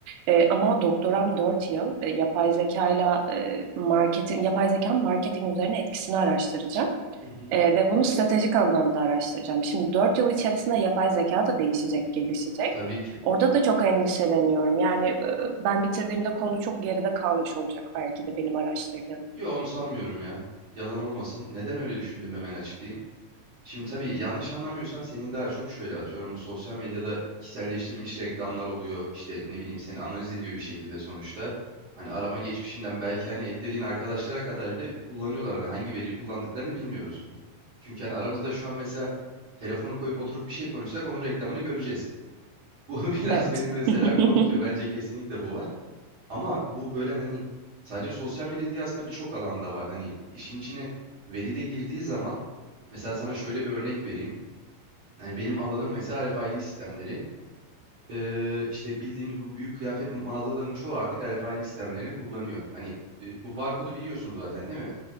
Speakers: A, on the right; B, on the right.
A: E, ama doktoram 4 yıl e, yapay zekayla e, marketin yapay zekanın marketing üzerine etkisini araştıracağım.
B: Hı hı.
A: E, ve bunu stratejik anlamda araştıracağım. Şimdi 4 yıl içerisinde yapay zeka da değişecek, gelişecek.
B: Tabii ki.
A: Orada da çok endişeleniyorum. Yani e, ben bitirdiğimde konu çok geride kalmış olacak belki de benim araştırdığım.
B: Yo onu sanmıyorum ya. Yalan olmasın. Neden öyle düşündüğümü hemen açıklayayım. Şimdi tabii yanlış anlamıyorsam senin daha çok şöyle atıyorum bu sosyal medyada kişiselleştirilmiş reklamlar oluyor. İşte ne bileyim seni analiz ediyor bir şekilde sonuçta. Hani arama geçmişinden belki hani eklediğin arkadaşlara kadar bile kullanıyorlar. Hani hangi veriyi kullandıklarını bilmiyoruz. Çünkü hani aramızda şu an mesela telefonu koyup oturup bir şey konuşsak onun reklamını göreceğiz. Bu <laughs> biraz
A: Evet.
B: beni mesela
A: <laughs>
B: korkutuyor. Bence kesinlikle bu var. Ama bu böyle hani sadece sosyal medya değil aslında birçok alanda var. Hani işin içine veri de girdiği zaman mesela sana şöyle bir örnek vereyim. Yani benim alanım mesela RFID sistemleri. Ee, işte bildiğimiz bu büyük kıyafet mağazalarının çoğu artık RFID sistemlerini kullanıyor. Hani e, bu barkodu biliyorsun zaten değil mi?